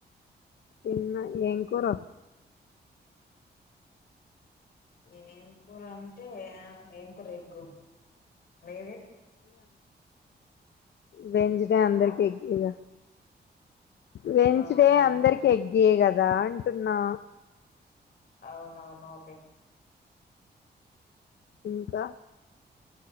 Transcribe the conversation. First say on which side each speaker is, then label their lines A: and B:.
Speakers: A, on the left; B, on the left.
A: తిన్న ఏం కుర
B: ఏం కూర అంటే ఏంకూర ఎగ్గు మీది
A: వెనస్ డే అందరికీ
B: ఆ
A: ఎగ్గేగా వెన్స్డే
B: ఆ అవును
A: అందరికి
B: కదా
A: ఎగ్గేే కదా అంటున్నా
B: అవునవును ఓకే
A: ఇంక